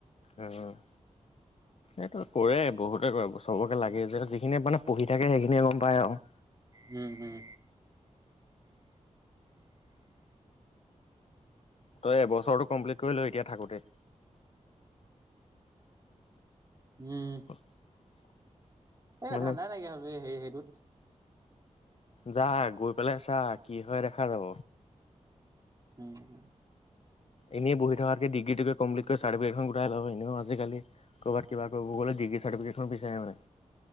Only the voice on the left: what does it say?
অ'। এইটো কৰে বহুতে কৰে চবকে লাগে যে, যিখিনিয়ে মানে পঢ়ি থাকে সেইখিনিয়ে গম পায় আৰু।
তই এবছৰটো কমপ্লিট কৰি ল এতিয়া থাকোঁতে।
<unintelligible>
মানে
যা গৈ পেলাই চা কি হয় দেখা যাব।
এনেই বহি থকাতকে ডিগ্ৰীটোকে কমপ্লিত কৰি চাৰ্টফিকেটখন গোটাই ল, এনেও আজিকালি ক'ৰবাত কিবা কৰিব গ'লে ডিগ্ৰী চাৰ্টিফিকেটখন বিচাৰে মানে।